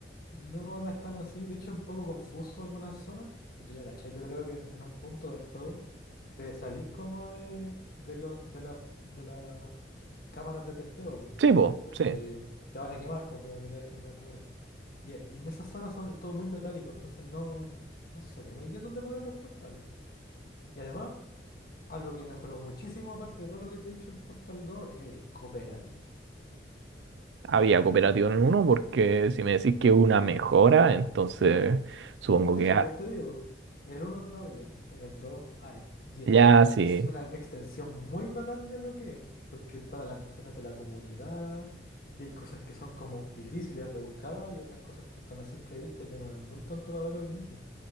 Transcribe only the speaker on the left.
No, no es tan así. De hecho, es un poco confuso algunas zonas. Que tú ya cachai. Yo creo que en, en un punto del juego te salís como de, de, los, de, las de las cámaras de testeo, po,
porque
te van a quemar, pues probabilidad es que no te mueres. Y, e- y en esas zonas son, es todo muy metálico, entonces no, no se ve muy bien dónde poner los portales. Y además, algo que mejoró muchísimo, aparte de todo lo que te he dicho, el Portal dos es el cooperativo.
Por
eso
vos te digo, en el uno no había, en el 2 hay. Y
es
ex- una extensión muy bacán de lo que es, porque están las cuestiones de la comunidad, y hay cosas que son como difíciles, rebuscadas, y otras cosas que están a simple vista y que uno es muy tonto para verlo al inicio.